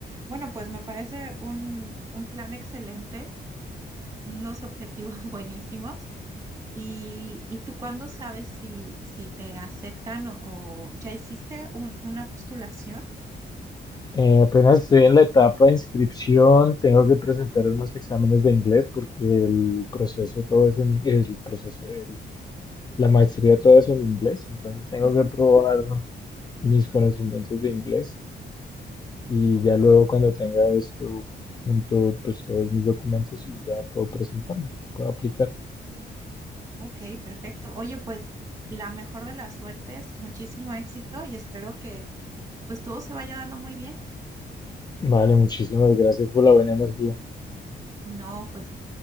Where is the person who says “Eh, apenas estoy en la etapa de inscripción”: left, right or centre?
Left